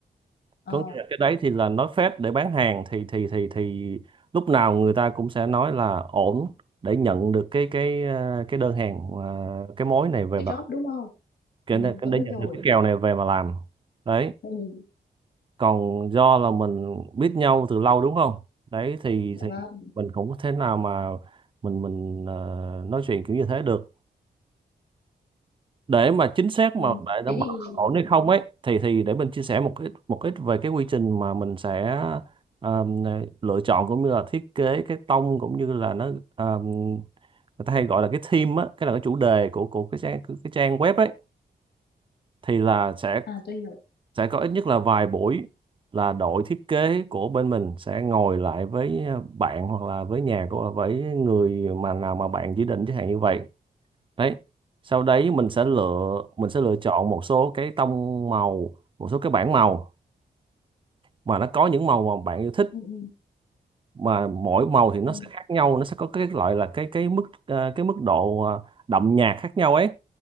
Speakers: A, on the left; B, on the right.
A: ờ
B: có nghĩa là cái đấy thì là nói phết để bán hàng thì thì thì thì lúc nào người ta cũng sẽ nói là ổn để nhận được cái cái ờ, cái đơn hàng ờ, cái mối này về
A: cái
B: mà
A: job đúng không
B: cái
A: ừ,
B: để để
A: tôi biết
B: nhận
A: rồi
B: được cái kèo này về mà làm đấy
A: ừ,
B: còn do là mình biết nhau từ lâu đúng không đấy thì
A: dạ
B: thì
A: vâng
B: mình cũng có thể nào mà mình mình ờ, nói chuyện kiểu như thế được để mà chính xác
A: ừ.
B: mà để đảm
A: thế thì
B: bảo ổn hay không ấy thì thì để mình chia sẻ một ít một ít về cái quy trình mà mình sẽ um, lựa chọn cũng như là thiết kế cái tông cũng như là nó um, người ta hay gọi là cái theme á cái là cái chủ đề của của cái trang cái trang web ấy thì là sẽ
A: à tôi hiểu
B: sẽ có ít nhất là vài buổi là đội thiết kế của bên mình sẽ ngồi lại với à, bạn hoặc là với nhà của với người mà nào mà bạn chỉ định chẳng hạn như vậy đấy sau đấy mình sẽ lựa mình sẽ lựa chọn một số cái tông màu một số cái bảng màu mà nó có những màu mà bạn yêu thích
A: ừ, ừ,
B: mà mỗi màu thì nó
A: ừ,
B: sẽ khác nhau nó sẽ có cái loại là cái cái mức à, cái mức độ à, đậm nhạt khác nhau ấy